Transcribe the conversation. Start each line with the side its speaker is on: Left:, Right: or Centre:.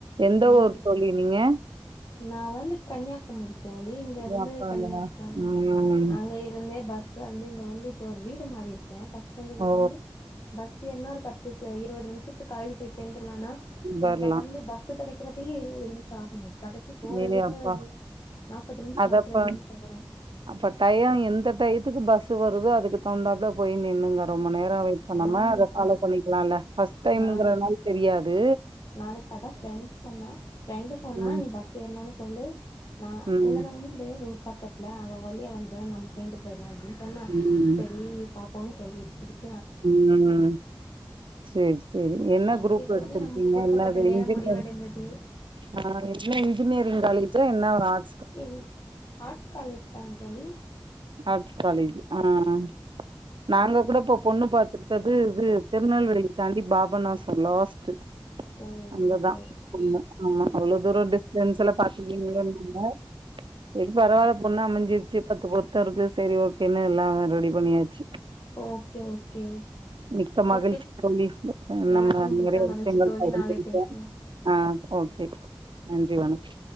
Right: எந்த
Left: மார்னிங்
Right: ஊர் தோழி நீங்க?
Left: நான் வந்து கன்னியாகுமாரி தோழி இங்க இருந்து
Right: ஏ அப்பா
Left: கன்னியாகும
Right: அங்கதான். ம்.
Left: அங்க இருந்தே பஸ் வந்து இங்க வந்து இப்போ ஒரு வீடு மாறி இரு க்கன் ஃபஸ்ட்லந்து வீட்ல
Right: ஓ!
Left: இருந்து பஸ் ஏர்னா ஒரு பத் பு ச இருவது து நிமிஷத்துக்கு காலேஜி போய் சேந்தரலான்னா
Right: வரலாம்.
Left: இங்க வந்து பஸு கெடைக்க இருவத்தி இருவது நிமிஷம் ஆகுமா கெடச்சு போறதுக்கு
Right: ஏலே அப்பா
Left: நாப்பது நிமிஷோ
Right: அது
Left: நாப்பத்தஞ்சு
Right: அப்ப
Left: நிமிஷோ ஆயிரு
Right: அப்ப டயம் எந்த டயத்துக்கு பஸ் ஸு வருது அதுக்கு தகுந்தாப்புல போய் நின்னுங்க ரொம்ப நேரம் க வெயிட் பண்ணாம
Left: ஆமா
Right: அத ஃபாலோ
Left: அது
Right: பண்ணிக்கிலா இல்ல ஃபர்ஸ்ட் டைம்கிறனால
Left: நாளைக்
Right: தெரியாது
Left: நாளைக்கு அதா ஃப்ரெண்ட்டு சொன்னா ஃப்ரெண்ட்டு சொன்னா
Right: ம்,
Left: நீ பஸு ஏறன ஒன்னே சொல்லு நா
Right: ம்,
Left: உங்கன உண்டு ரோட் பக்கத்துல அவ வலிய வந்துருவ நம்ம சேந்து போயிறலாம் அப்டின் சொன்னா
Right: ம்.
Left: சரி பாப் போன் சொல்லி வச்சிருக்கன்
Right: ம் சேரி சேரி என்ன
Left: ஓகே
Right: குரூப்
Left: தோழி
Right: எடுத்திருக்கீங்க
Left: நமக்கு கொடுக்கப்பட்ட
Right: என்னாது
Left: நேரம்
Right: இன்ஜினியர்
Left: முடிவடைந்தது
Right: ஆ என்ன இன்ஜினியர் னியரிங் காலேஜா என்ன ஒரு ஆர்
Left: இல் ஆட்ஸ் காலேஜ் தா தோழி
Right: ஆட்ஸ் காலேஜி ஆ ஆ நாங்க கூட இப்ப பொண்ணு பாத்துருக்கறது வி திருநெல்வேலி தாண்டி பாபநாசம் லாஸ்ட்டு
Left: ஓ
Right: அங்க தான்
Left: ஓகே ஓகே
Right: ஆமா ஆமா அவ்ளோ தூரம் டிஸ்டன்ஸ்ல பாத்துக்கீங்கனுல்ல சேரி பரவாயில்ல பொண்ணு அமைஞ்சிருச்சி பத்து பொருத் தருக்கு சரி ஓகேன்னு எல்லா ஆ ரெடி பண்ணியாச்சி
Left: ஓகே ஓகே
Right: மிக்க மகிழ்ச்சி
Left: ஓகே
Right: தோழி நம்ம
Left: எனக்கு மிக்க
Right: நரையா
Left: மகிழ்ச்சி
Right: விஷியங்கள்
Left: தோழி
Right: கலந்துருக்கோம்
Left: நாளை பேசலாம்
Right: ஆ ஓகே நன்றி ஜீவானஷ்